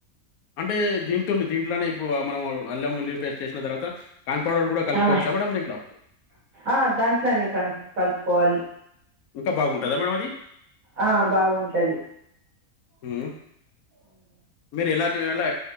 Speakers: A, on the left; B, on the right.
A: అంటే దీంతో దీంట్లోనే ఇప్పుడు మనం అల్లం వెల్లుల్లి పేస్ట్ చేసిన తర్వాత కార్న్ పౌడర్ కూడా కలుపుకోవచ్చా
B: ఆ
A: మేడం దీంట్లో?
B: ఆ దాంట్లనే కం కలుపుకోవాలి
A: ఇంకా బాగుంటుందా మేడం అది
B: ఆ బాగుంటది
A: హ్మ్. మీరు ఎలాటి ఎలా